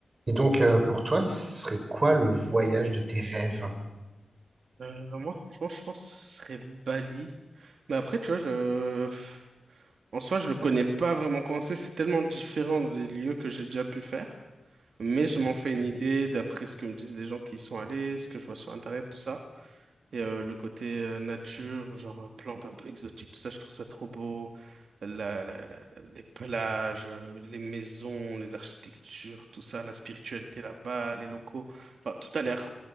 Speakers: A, on the right (about 40°); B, on the right (about 80°).
A: Et donc, euh, pour toi, ce serait quoi le voyage de tes rêves?
B: Euh, moi, franchement, je pense que ce serait Bali. Mais après, tu vois, je... en soi, je le connais pas vraiment comment c'est. C'est tellement différent des lieux que j'ai déjà pu faire. Mais je m'en fais une idée d'après ce que me disent les gens qui y sont allés, ce que je vois sur Internet, tout ça. Et euh, le côté euh, nature, genre euh, plantes un peu exotiques, tout ça, je trouve ça trop beau. La, la- la- les plages, euh, les maisons, les architectures, tout ça, la spiritualité là-bas, les locaux. Enfin, tout a l'air